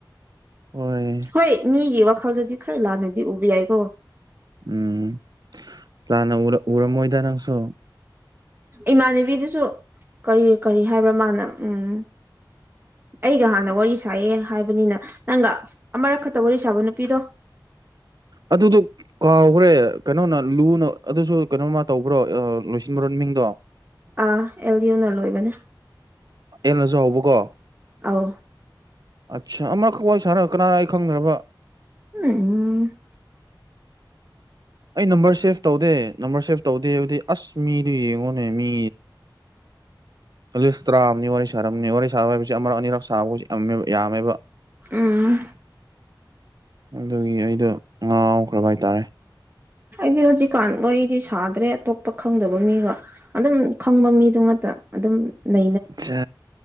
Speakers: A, on the right; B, on the right.
A: ꯍꯣꯏ
B: ꯍꯣꯏ ꯃꯤꯒꯤ ꯋꯥꯈꯜꯗꯗꯤ ꯈꯔ ꯂꯥꯟꯅꯗꯤ ꯎꯕ ꯌꯥꯏꯀꯣ
A: ꯎꯝ ꯂꯥꯟꯅ ꯎꯔꯝꯃꯣꯏꯗ ꯅꯪꯁꯨ
B: ꯏꯃꯥꯟꯅꯕꯤꯗꯨꯁꯨ ꯀꯔꯤ ꯀꯔꯤ ꯍꯥꯏꯕ꯭ꯔꯥ ꯃꯥꯅ ꯎꯝ ꯑꯩꯒ ꯍꯥꯟꯅ ꯋꯥꯔꯤ ꯁꯥꯏꯌꯦ ꯍꯥꯏꯕꯅꯤꯅ ꯅꯪꯒ ꯑꯃꯔꯛ ꯈꯇ ꯋꯥꯔꯤ ꯁꯥꯕ ꯅꯨꯄꯤꯗꯣ
A: ꯑꯗꯨꯗꯨ ꯀꯥꯎꯒ꯭ꯔꯦ ꯀꯩꯅꯣꯅ ꯂꯨꯅ ꯑꯗꯨꯁꯨ ꯀꯩꯅꯣꯃ ꯇꯧꯕ꯭ꯔꯣ ꯂꯣꯏꯁꯤꯟꯕ꯭ꯔꯣ ꯃꯤꯡꯗꯣ
B: ꯑ ꯑꯦꯜꯌꯟꯅ ꯂꯣꯏꯕꯅꯦ
A: ꯑꯦꯜ ꯅꯖꯨ ꯍꯧꯕꯀꯣ
B: ꯑꯥꯎ
A: ꯑꯠꯆꯥꯥ ꯑꯃꯈꯛ ꯋꯥꯔꯤ ꯁꯥꯟꯔ ꯀꯅꯥꯅ ꯑꯩ ꯈꯪꯅꯕ
B: ꯎ ꯎꯝ
A: ꯑꯩ ꯅꯝꯕꯔ ꯁꯦꯞ ꯇꯧꯗꯦ ꯅꯝꯕꯔ ꯁꯦꯞ ꯇꯧꯗꯦꯕꯗꯤ ꯑꯁ ꯃꯤꯗꯨ ꯌꯦꯡꯉꯣ ꯅꯦ ꯃꯤ ꯑꯦꯂꯤꯁ ꯇꯔꯥꯝꯅꯤ ꯋꯥꯔꯤ ꯁꯥꯔꯝꯅꯤ ꯋꯥꯔꯤ ꯁꯥꯕ ꯍꯥꯏꯕꯁꯤ ꯑꯃꯔꯛ ꯑꯅꯤꯔꯛ ꯁꯥꯕꯒꯁꯦ ꯌꯥꯝꯃꯦꯕ ꯌꯥꯝꯃꯦꯕ
B: ꯎꯝ
A: ꯑꯗꯨꯒꯤ ꯑꯩꯗꯣ ꯉꯥꯎꯈ꯭ꯔꯕ ꯍꯥꯏꯇꯥꯔꯦ
B: ꯑꯩꯗꯤ ꯍꯧꯖꯤꯛꯀꯥꯟ ꯋꯥꯔꯤꯗꯤ ꯁꯥꯗ꯭ꯔꯦ ꯑꯇꯣꯞꯄ ꯈꯪꯗꯕ ꯃꯤꯒ ꯑꯗꯨꯝ ꯈꯪꯕ ꯃꯤꯗꯨꯃꯛꯇ ꯑꯗꯨꯝ ꯅꯦ
A: ꯑꯆꯥ